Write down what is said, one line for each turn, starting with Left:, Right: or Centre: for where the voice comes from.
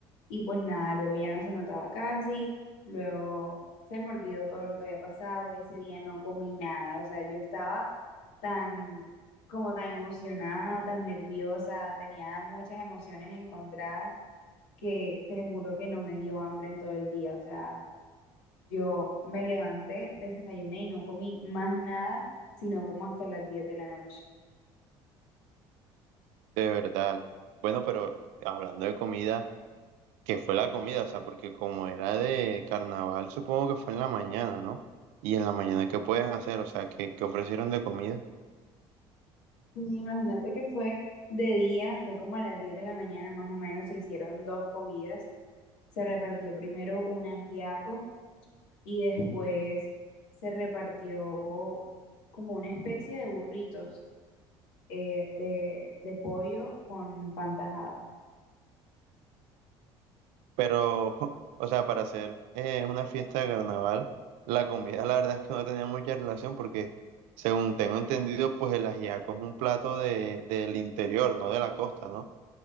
Left: Y pues nada, luego ya no se notaba casi, luego se me olvidó todo lo que había pasado, ese día no comí nada, o sea, yo estaba tan, como tan emocionada, tan nerviosa, tenía muchas emociones encontradas que te juro que no me dio hambre en todo el día. O sea, yo me levanté, desayuné y no comí más nada, sino como hasta las 10 de la noche.
Right: de verdad. Bueno, pero hablando de comida. que fue la comida, o sea, porque como era de carnaval, supongo que fue en la mañana, ¿no? Y en la mañana, ¿qué puedes hacer? O sea, ¿qué, qué ofrecieron de comida?
Left: Y imagínate que fue de día, fue como a las 10 de la mañana más o menos, se hicieron dos comidas. Se repartió primero un ajiaco y después se repartió como una especie de burritos eh, de, de pollo con pan tajado.
Right: Pero, <laughs> o sea, para hacer eh, una fiesta de carnaval, la comida la verdad es que no tenía mucha relación porque, según tengo entendido, pues el ajiaco es un plato de, del interior, no de la costa, ¿no?